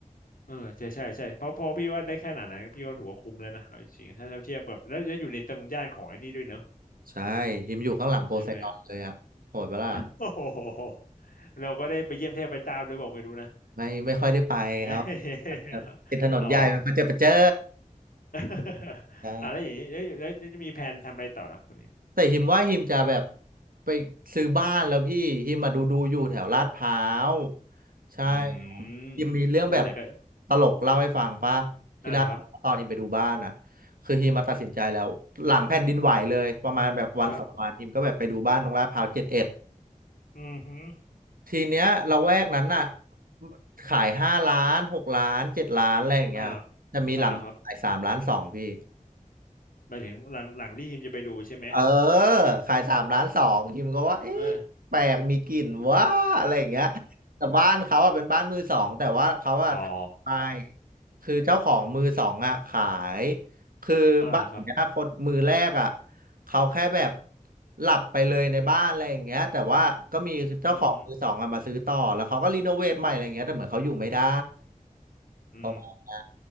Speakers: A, on the left; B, on the right.
A: เออใช่ใช่ใช่เพราะเพราะพี่ว่าได้แค่ขนาดนั้นพี่ก็ถือว่าคุ้มแล้วนะเอาจริงๆถ้าถ้าเทียบแบบแล้วแล้วอยู่ในตรงย่านของไอ้นี่ด้วยเนอะ
B: ใช่ฮิมอยู่ข้างหลังโพไซดอนเลยอ่ะโหดปะล่ะ
A: ใช่ไหม <laughs> โอ้โห <laughs> เราก็ได้ไปเยี่ยมเทพเจ้าด้วยบอกไม่รู้นะ
B: ไม่ไม่ค่อยได้ไปครับ
A: <laughs> เอย
B: ครับติดถนนใหญ่มันก็จะไปเจอ
A: อ๋อ <laughs> อ่ะแล้วอย่างนี้แล้วแล้วแล้วจะมีแผนทำอะไรต่อแล้วคนนี้
B: ใช่แต่หิมว่าหิมจะแบบไปซื้อบ้านแล้วพี่หิมมาดูดูอยู่แถวลาดพร้าวใช่ครับหิมมีเรื่องแบบ
A: อืมโอ้แต่ก็
B: ตลกเล่าให้ฟังป่ะที่ลาดพร้าวตอนหิมไปดูบ้านอ่ะ
A: อ่าครับ
B: คือหิมมาตัดสินใจแล้วหลังแผ่นดินไหวเลยประมาณแบบวันสองวันหิมก็แบบไปดูบ้านตรงลาดพร้าวเจ็ดเอ็ด
A: ครับอืมฮึ
B: ทีเนี้ยละแวกนั้นน่ะขายห้าล้านหกล้านเจ็ดล้านอะไรอย่างเงี้ยจะมีหลังขายสามล้านสองพี่
A: อ่าอ่าครับหมายถึงหลังหลังที่ทีมจะไปดูใช่ไหม
B: เออขายสามล้านสองคิมก็ว่าเอ๊ะแปลกมีกลิ่นว่าอะไรอย่างเงี้ย
A: เออ
B: แต่บ้านเขาอ่ะเป็นบ้านมือสองแต่ว่าเขาอ่ะทำไป
A: <laughs> อ๋อ
B: คือเจ้าของมือสองอ่ะขายคือบ้านของเนี้ยคนมือแรกอ่ะ
A: อ่าครับ
B: เขาแค่แบบหลับไปเลยในบ้านอะไรอย่างเงี้ยแต่ว่าก็มีเจ้าของมือสองอ่ะมาซื้อต่อแล้วเขาก็รีโนเวทใหม่อะไรอย่างเงี้ยแต่เหมือนเขาอยู่ไม่ได้
A: อืมอื
B: ปราะมาณนั้